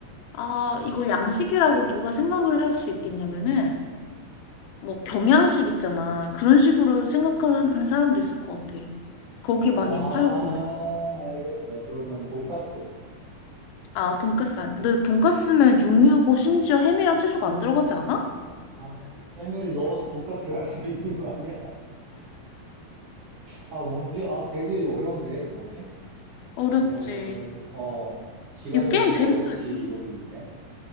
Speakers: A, on the left; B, on the right.
A: 아, 이걸 양식이라고 누가 생각을 할 수 있겠냐면은, 뭐 경양식 있잖아. 그런 식으로 생각하는 사람도 있을 것 같아. 거기
B: 아,
A: 많이 팔고.
B: 알겠어. 그러면 돈가스.
A: 아, 돈까스 아니. 근데 돈까스는 육류고 심지어 햄이랑 채소가 안 들어가지 않아?
B: 아, 햄을 넣어서 돈가스를 할 수도 있는 거 아니야? 아, 뭐지? 아, 되게 어려운데, 뭐지?
A: 어렵지.
B: 그러면, 어, 지가
A: 이
B: 내놓고
A: 게임 재밌다
B: 어렵지, 이러고 있네.